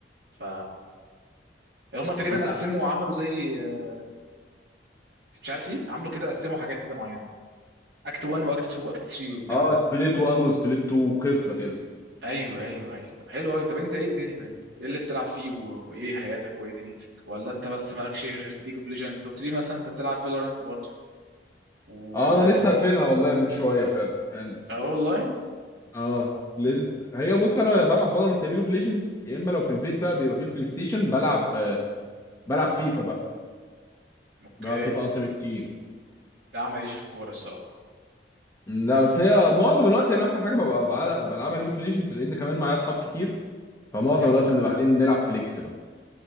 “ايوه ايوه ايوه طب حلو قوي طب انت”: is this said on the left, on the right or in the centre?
Right